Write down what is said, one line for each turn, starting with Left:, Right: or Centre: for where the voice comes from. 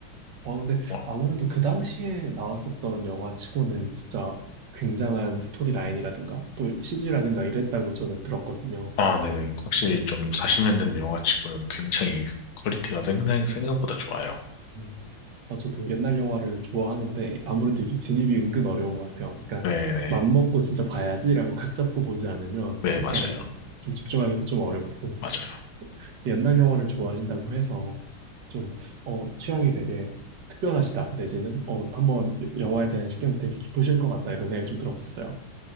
Right: 아, 근데
Left: 어,
Right: 아무래도 그 당시에 나왔었던 영화 치고는 진짜 굉장한 스토리 라인이라든가 또 CG라든가 이랬다고 저는 들었거든요.
Left: 아, 네네. 확실히 좀 40년 된 영화치고는 굉장히 퀄리티가 상당히 생각보다 좋아요.
Right: 음. 아, 저도 옛날 영화를 좋아하는데 아무래도 이게 진입이 은근 어려운 것 같아요. 그러니까
Left: 네네.
Right: 맘 먹고 진짜 봐야지라고 각 잡고 보지 않으면
Left: 네,
Right: 약간
Left: 맞아요.
Right: 좀 집중하기도 좀 어렵고.
Left: 맞아요.
Right: 옛날 영화를 좋아하신다고 해서 좀, 어, 취향이 되게 특별하시다, 내지는, 어, 한번 영화에 대한 식견이 되게 깊으실 것 같다, 이런 생각이 좀 들었었어요.